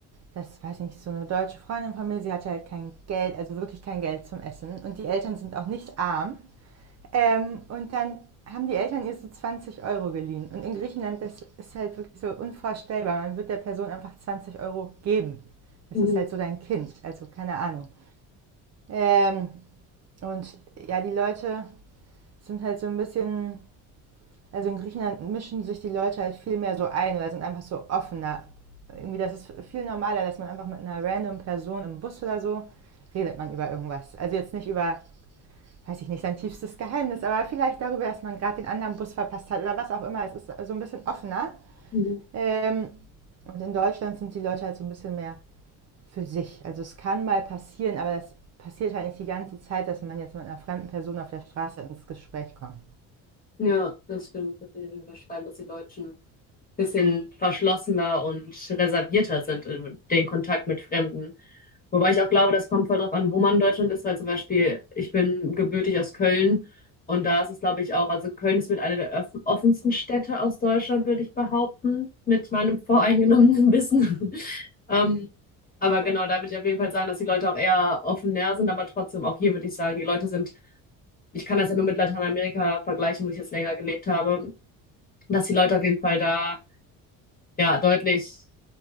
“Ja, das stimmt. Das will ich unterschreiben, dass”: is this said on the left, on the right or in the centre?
Left